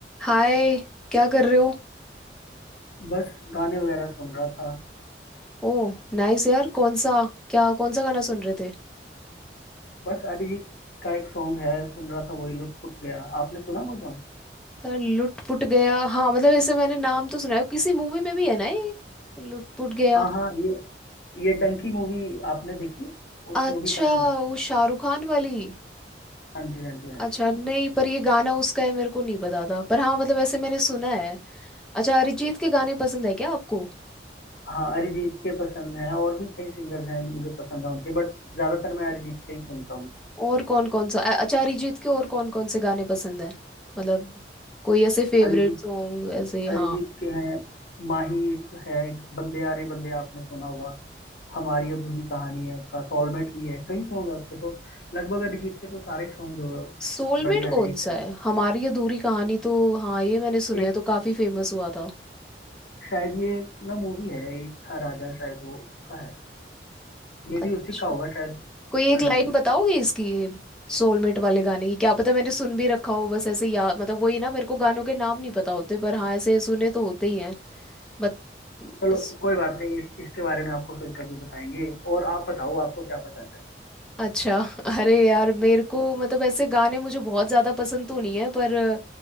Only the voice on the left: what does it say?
बस गाने वगैरह सुन रहा था
बस अरिजीत का एक सॉन्ग है सुन रहा था वही लुट पुट गया आपने सुना वो सॉन्ग
हाँ हाँ ये ये डंकी मूवी आपने देखी उस
मूवी का सॉन्ग
हाँ जी हाँ जी हाँ
जी
हाँ अरिजीत के पसंद हैं और भी कई सिंगर्स हैं मुझे पसंद है उनके बट ज्यादातर मैं अरिजीत के ही सुनता हूँ
अरिजीत
अरिजीत के हैं माही एक है एक बंदे यारे बंदे आपने सुना होगा हमारी अधूरी कहानी है उसका सॉलमेट भी है कई सॉन्ग है उसके तो लगभग अरिजीत के तो सारे सॉन्ग जो है,
बढ़िया
हैं हिट
एक
शायद ये एक ना मूवी है एक था राजा शायद वो उसका है मे
भी उसी का होगा शायद
हाँ
जी
चलो
कोई बात नहीं इस, इसके बारे में आपको फिर कभी बताएंगे और आप बताओ आपको क्या पसंद है